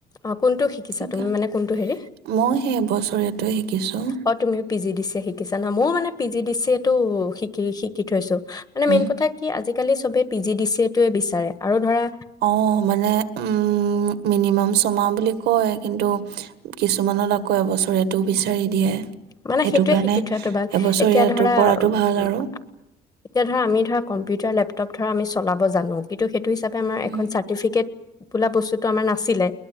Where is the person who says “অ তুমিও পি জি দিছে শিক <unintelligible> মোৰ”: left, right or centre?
Left